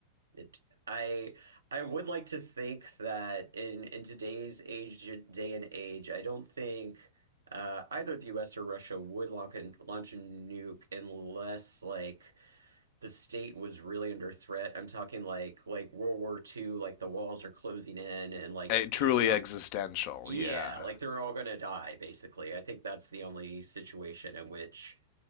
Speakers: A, on the right; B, on the left.
A: It, I I would like to think that in in today's age day and age, I don't think uh, either the U.S. or Russia would launch a, launch a nuke unless like the state was really under threat. I'm talking like like World War II, like the walls are closing in and like
B: Eh, truly
A: he's in a
B: existential.
A: yeah,
B: Yeah.
A: like they're all gonna die basically. I think that's the only situation in which